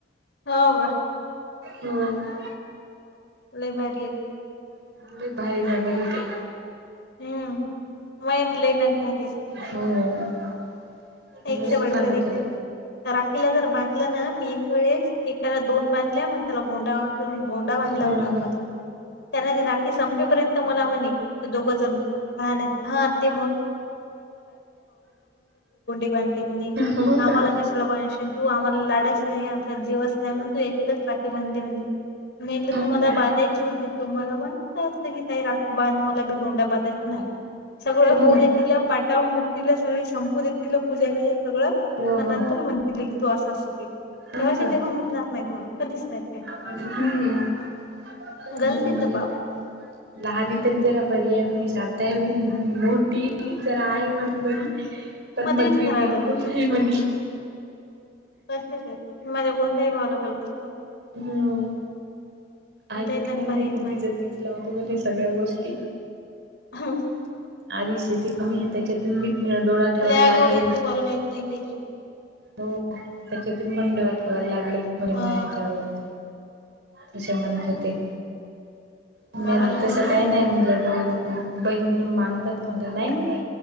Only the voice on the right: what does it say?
हो.
<unintelligible>
हो.
मस्त सांगत होत
होय
का
हो
का.
हो
ना.
हो
ना.
हो.
हो
हो
हं. हं
म्हणे,
लहणी तरी जरा बरी आहे म्हणी, शांत आहे म्हणी. मो टी जर आहे म्हणे बरी. पण
मधली
बिलकुल
नाही म्हणी.
हं. ऐकत
नाही म्हने
ती. तिच तीच लावते म्हणे सगळ्या गोष्टी.
आधिच शेती कमी. त्याच्यातून बी डोळा ठेवायला
लागली
हो त्याच्यातून बंड ऊठवायला लागल म्हणी
माह्यायाच्यावरच. असे म्हणत होते. मी म्हणलं
तसं काही नाही म्हणलं भाऊ. बहीण मागतात म्हणत. नाही म्हणे